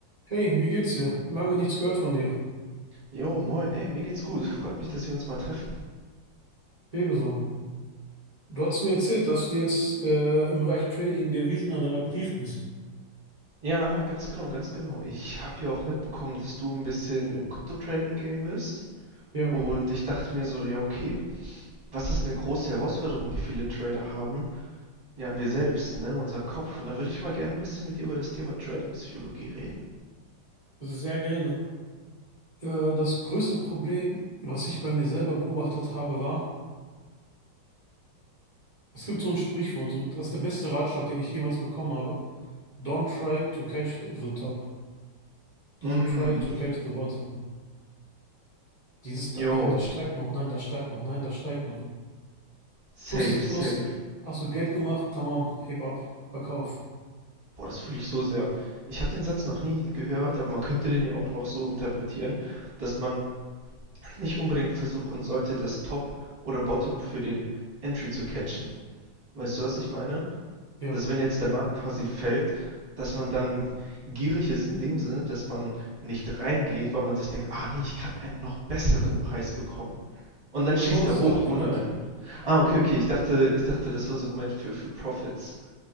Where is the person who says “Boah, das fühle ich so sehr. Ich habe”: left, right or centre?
Right